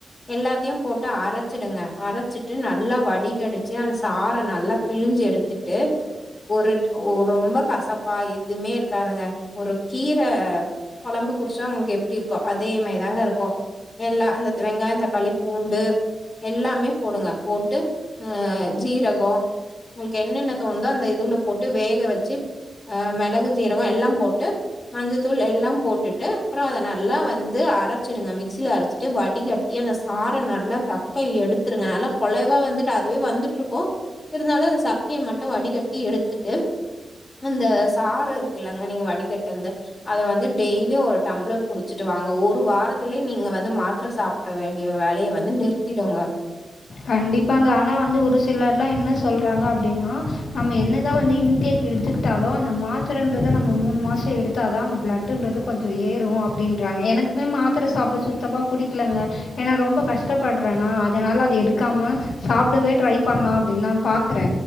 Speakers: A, on the left; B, on the left.
A: எல்லாத்தையு போட்டு அர ச்சிடுங்க அரச்சிட்டு நல்லா வடிகடிச்சிஅந்த சாற நல்லா பிழிஞ்சு எடுத்துட்டு ஒரு ட்‌ ஓ ரொம்ப கசப்பா எதுமே இருக்காதுங்க ஒரு கீர கொழம்பு குடிச்சா ஒங்களுக்கு எப்டி இருக்கு அதே மாரிதாங்க இருக்கு எல்லா அந்த வெங்காயோ தக்காளி பூண்டு எல்லாமே போடுங்க போட்டு ஆ‌ சீரகோ ஒங்களுக்கு என்னென்ன தோணுதோ அந்த இதுவ்ல போட்டு வேக வச்சு ஆ மெளகு சீரகோ எல்லா போட்டு மஞ்சத்தூள் எல்லா போட்டுட்டு அப்றோ அத நல்லா வந்து அரச்சிடுங்க மிக்ஸில அரச்சிட்டு வடிகட் யே அந்த சாற நல்லா சக்க எடுத்துருங்க நல்லா கொழைவா வந்துட்டு அதுவே வந்துட்ருக்கு இருந்தாலு அந்த சக்கய மட்டு வடிகட்டி எடுத்துட்டு அந்த சாற இருக்கல்லங்க நீங்க வடிகட்டந்த அத வந்து டெய்லியு ஒரு டம்ளர் குடிச்சுட்டு வாங்க ஒரு வாரத்திலே நீங்க வந்து மாத்ர சாப் பற வேண்டிய வேலய வந்து நிறுத்திடுங்க
B: கண்டிப்பாங்க ஆனா வந்து ஒரு சிலர்லா என்ன சொல்றாங்க அப்டின்னா நம்ம என்னதா வந்து இன்டேக் கு எடுத்துக்கிட்டாலு அந்த மாத்ரன்றது நம்ம மூணு மாசோ எடுத்தா தா அந்த பிளட்டுன்றது கொஞ்சோ ஏறு அப்டின்றாங்க எனக்கு மே மாத்ர சாப்ட சுத்தமா பிடிக்லங்க ஏனா ரொம்ப கஷ்டப்பட்றேன்னா அதனால அது எடு க்காம சாப்டவே ட்ரை பண்லா அப்டின்னா பாக்றே